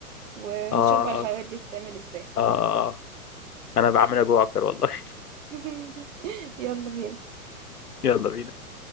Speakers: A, on the right; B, on the left.
A: ونشوف
B: اه
A: بقى الحلويات دي تتعمل ازاي
B: اه انا بعمل اجوع اكتر والله
A: <laughs> يلا بينا
B: <laughs> يلا بينا